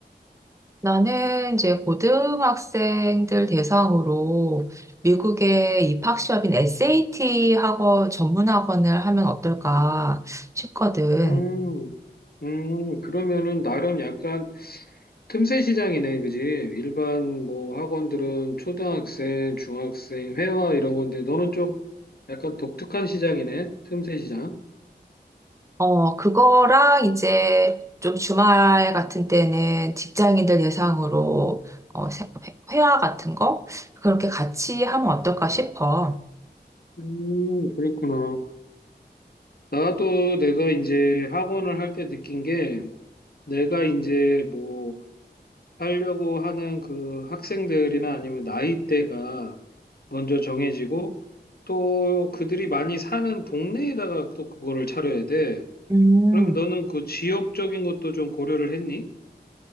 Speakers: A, on the right; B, on the left.
A: 나는 이제 고등학생들 대상으로 미국의 입학 시험인 SAT 학원 전문 학원을 하면 어떨까 싶거든.
B: 음, 음, 그러면은 나름 약간 틈새 시장이네, 그지? 일반 뭐 학원들은 초등학생, 중학생, 회화 이런 건데 너는 좀 약간 독특한 시장이네, 틈새 시장.
A: 어, 그거랑 이제 좀 주말 같은 때는 직장인들 대상으로 어, 세- 회- 회화 같은 거 그렇게 같이 하면 어떨까 싶어.
B: 음, 그렇구나. 나도 내가 이제 학원을 할 때 느낀 게 내가 이제 뭐 하려고 하는 그 학생들이나 아니면 나이대가 먼저 정해지고 또 그들이 많이 사는 동네에다가 또 그거를 차려야 돼.
A: 음,
B: 그럼 너는 그 지역적인 것도 좀 고려를 했니?